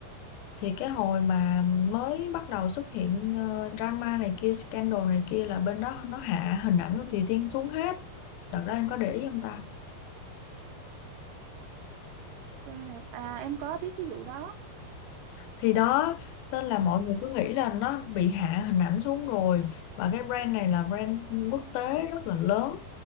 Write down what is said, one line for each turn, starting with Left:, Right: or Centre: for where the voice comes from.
Left: thì cái hồi mà mới bắt đầu xuất hiện ờ, drama này kia scandal này kia là bên đó nó hạ hình ảnh của Thùy Tiên xuống hết đợt đó em có để ý không ta
Right: Quen rồi. à em có biết cái vụ đó
Left: thì đó tên là mọi người cứ nghĩ là nó bị hạ hình ảnh xuống rồi và cái brand này là brand quốc tế rất là lớn